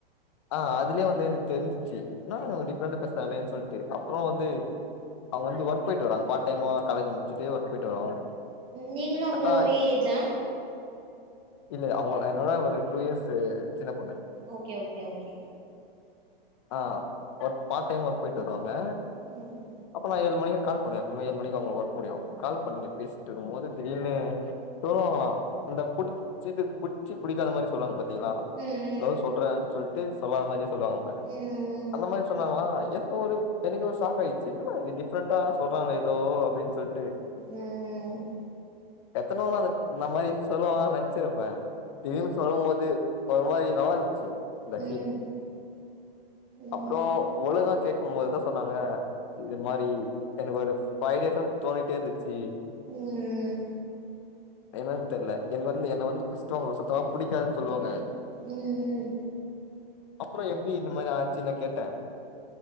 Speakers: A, on the left; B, on the right.
A: ஆ அதுலயே வந்து எனக் தெரிஞ்சிச்சு என்னா இவுங்க டிப்ரண்டா பேசுறங்களே சொல்டு அப்றோ வந்து அவுங்க வந்து ஒர்க் போயிட்டு வரங்க பார்ட் டைம்மா காலேஜ் முடிச்சுட்டு ஒர்க் போயிட்டு வருவாங்க
B: நீங்களும் அவங்களும்
A: கரெக்டா
B: ஒரே ஏஜா
A: இல்ல அவுங்க என்னோட ஒரு டூ இயர்ஸ்சு சின்ன பொண்ணு
B: ஓகே ஓகே ஓகே
A: ஆ ஒர்க் பார் டைம்மா ஒர்க் போயிட்டு வருவாங் ங்க
B: ம்
A: அப்ப நா ஏழு மணிக் கால் பண்ணுவே எப்பமே ஏழு மணிக்கு அவங்க ஒர்க் முடியும் கால் பண்ணி பேசிட்டு இருக்கும் போது திடீர்னு சொல்லுவாங்ளா அந்த புடிச் புடிச்சு புடிக்காத மாரி சொல்லுவாங்க பாத் தீங்ளா
B: ம் ம்
A: லவ் சொல்றேன் சொல்லிட் டுஸ் சொல்லாத மாரியே சொல்லுவாங்க பாரு
B: ம்
A: அந்த மாரி சொன்னாங்ளா எனக்கு ஒரு எனக்கு ஒரு சாக் ஆயிட்ச்சு என்னடா இது டிஃப்ரெண்டா சொல்றாங்களே எதோ அப்டின்னு சொல் ட்டு
B: ம்
A: எத்தன நாளு இந்த மாரி சொல்வாங்கன் நென்ச்சிரு ப்பே திடீர்னு சொல்லம்போது ஒரு மாரி நல்லா இருந் சேரி அது ஆக்சுவலி
B: ம் ம்
A: அப்றோ
B: ம்
A: உள்ளதா கேக் கும்போதுதா சொன்னாங்க இது மாரி எனக்கு ஒரு ஃபைவ் டேஸா தோணிட்டே இருந்து ச்சி
B: ம்
A: என்னன் தெர்ல என்ன வந்து என்ன வந்து ஃபஸ்ட்டு அவுங்களுக்கு சுத்தமா பிடிக்காதுன் சொல்வாங்க
B: ம் ம்
A: அப்றோ எப்டி இந்த மாரி ஆ ச்சின்னு கேட்டே